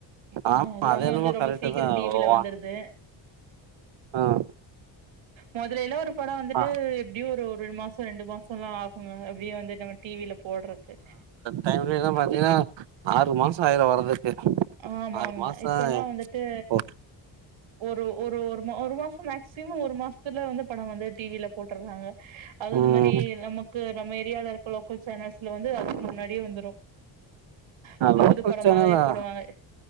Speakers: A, on the right; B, on the right.
A: அ
B: ஆமா
A: ஹே எல்லாமே
B: அது என்னமோ
A: வந்து ரொம்ப
B: கரெக்ட்
A: சீக்கிர
B: தா
A: டி வில
B: வா
A: வந்து ர்து
B: ஆ
A: மொதலேல்ல ஒரு படோ வந்துட்டு
B: ஆ
A: எப்டியு ஒரு ரெண்டு மாசோ ரெண்டு மாசல்லா ஆகுங்க அப்டியே வந்து நம்ம டி வில போட்றக்கு
B: டைம்ல எல்லா பாத்தீங்கன்னா ஆறு மாசோ ஆயிரு வர்றதுக்கு
A: ஆமாங்க
B: ஆறு மாசோ
A: இப்பல்லா வந்துட்டு
B: இப்போ
A: ஒரு ஒரு ஒரு மா ஒரு மாசம் மேக்சிமம் ஒரு மாசத்துல வந்து படோ வந்து டி வில போட்டுர்றாங்க அதுவு இந்த
B: ம்
A: மாரி நமக்கு நம்ம ஏரியால இருக்க லோக்கல் சேனல்ஸ்ல வந்து அதுக்கு முன்னாடியே வந்துரு புது
B: லோக்கல்
A: புது படமாவே
B: சேனலா
A: போடுவாங்க